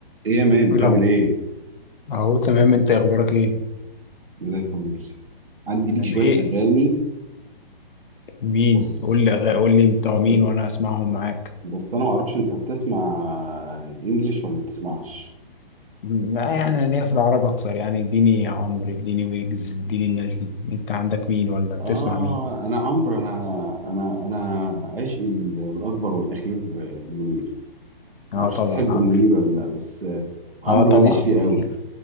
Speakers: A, on the right (about 80°); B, on the left (about 60°).
A: ايه يا مان بتعمل
B: إيه الأخب-
A: ايه؟
B: اهو تمام انت اخبارك ايه
A: أنا زي الفل عندي ليك
B: تمام
A: شوية
B: ايه
A: أغاني
B: مين
A: بص
B: قول لي أغا- قول لي بتوع مين
A: بس
B: وانا اسمعهم معاك
A: بس أنا معرفش أنت بتسمع إنجليش ولا ما بتسمعش
B: م- يعني انا ليا في العرب اكتر يعني اديني يا عمرو اديني ويجز اديني الناس دي انت عندك مين ولا بتسمع
A: آه
B: مين
A: أنا عمرو أنا أنا أنا عشقي ال- الأكبر والأخير منير
B: اه
A: معرفش
B: طبعا
A: تحب
B: عمرو
A: منير ولا لأ بس آه، عمرو
B: اه طبعا
A: ماليش
B: منير
A: فيه قوي